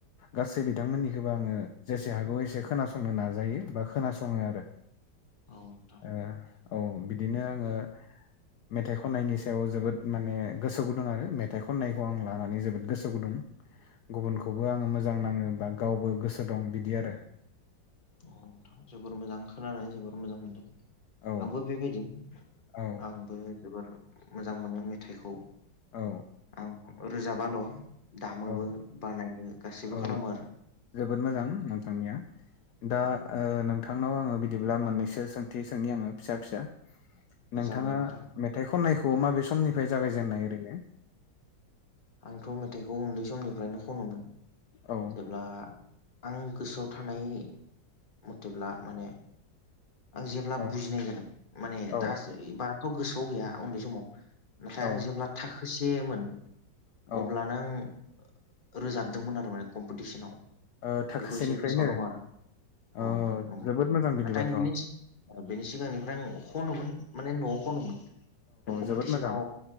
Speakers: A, on the left; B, on the left.
A: गासै बिथांमोननिखोबो आङो जेसे हागौ एसे खोनासंनो नाजायो बा खोनासङो आरो।
B: औ नोंथां औ नोंथां
A: ओ औ बिदिनो आङो मेथाइ खननायनि सायाव जोबोद माने गोसो गुदुं आरो मेथाइ खननायखौ खौ आं लानानै जोबोद गोसो गुदुं। गुबुनखौबो आङो मोजां नाङो बा गावबो गोसो दं बिदि आरो।
B: औ नोंथां जोबोर मोजां खोनानानै जोबोर मोजां मोनदों
A: औ
B: आंबो बेबायदि
A: औ
B: आंबो जोबोर मोजां मोनो मेथाइखौ
A: औ
B: आं रोजाबाल' दामोबो
A: औ
B: बानायो गासैबो
A: औ
B: खालामो आरो।
A: जोबोद मोजां नोंथांनिया। दा ओ नोंथांनाव आङो बिदिब्ला मोननैसो सोंथि सोंनि आङो फिसा फिसा। नोंथाङा
B: जागोन नोंथां
A: मेथाइ खननायखौ माबे समनिफ्राय जागायजेननाय ओरैनो?
B: आंथ' मेथाइखौ उन्दै समनिफ्रायनो खनोमोन
A: औ
B: जेब्ला आं गोसोआव थानाय मथेब्ला माने आं जेब्ला
A: औ
B: बुजिनाय जादों माने
A: औ
B: दा सो बाराथ' गोसोआव गैया उन्दै समाव। इनिफ्राय
A: औ
B: आं जेब्ला थाखो से मोन
A: औ
B: अब्लानो आं रोजाबदोंमोन आरो माने कम्पिटिसनाव।
A: ओ थाखोसेनिफ्रायनो
B: बेखौ इसे गोसोआव दं आरो
A: औ
B: अ अ
A: जोबोद मोजां बिदिबाथ'
B: नाथाय आं बिनि
A: औ
B: सि बेनि सिगांनिफ्राय आं खनोमोन माने न'आव खनोमोन कम्पिटिसनाव
A: जोबोद मोजां